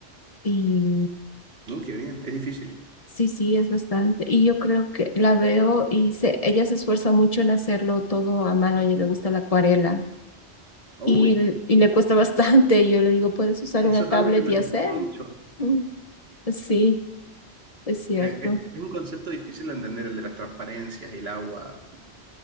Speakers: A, on the left (about 40°); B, on the right (about 65°).
A: y
B: Uy, qué bien, es difícil.
A: Sí, sí, es bastante. Y yo creo que la veo y se, ella se esfuerza mucho en hacerlo todo a mano. A ella le gusta la acuarela
B: Uy,
A: y, l- y le cuesta <laughs> bastante. Y yo le digo, ¿puedes usar
B: eso
A: una tablet
B: es algo que me
A: y
B: costó
A: hacer?
B: mucho.
A: Mm, Sí, es cierto.
B: Eh, eh, es un concepto difícil de entender el de las transparencias, el agua.